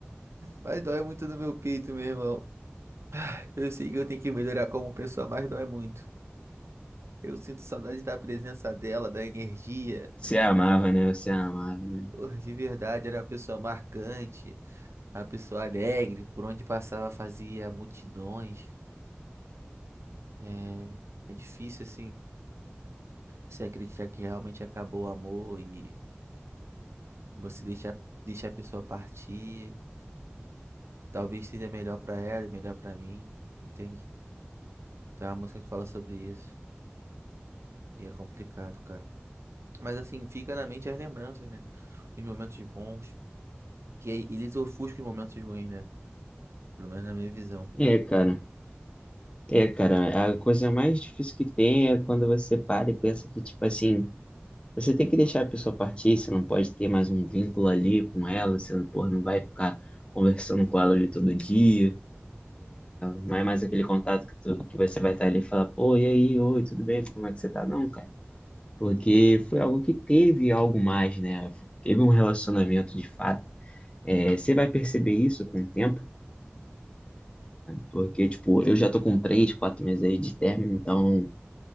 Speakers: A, on the right; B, on the left.
A: Mas dói muito no meu peito, meu irmão. Eu sei que eu tenho que melhorar como pessoa, mas dói muito. Eu sinto saudade da presença dela, da energia.
B: Você amava, né? Você amava, né?
A: Oh, De verdade, era uma pessoa marcante, uma pessoa alegre, por onde passava fazia multidões. É, é difícil, assim, se acreditar que realmente acabou o amor e. Você deixar, deixar a pessoa partir, talvez seja melhor pra ela e melhor pra mim, entende? Então é uma música que fala sobre isso. E é complicado, cara. Mas assim, fica na mente as lembranças, né? Os momentos bons. Que aí eles ofuscam os momentos ruins, né? Pelo menos na minha visão.
B: É, cara. É, cara, a coisa mais difícil que tem é quando você para e pensa que, tipo assim, você tem que deixar a pessoa partir, você não pode ter mais um vínculo ali com ela, você, não pô, não vai ficar conversando com ela ali todo dia, não é mais aquele contato que, tu, que você vai estar ali e falar, pô, e aí, oi, tudo bem, como é que você tá? Não, cara, porque foi algo que teve algo mais, né? Teve um relacionamento de fato. É, você vai perceber isso com o tempo, porque, tipo, eu já tô com três, quatro meses aí de término, então.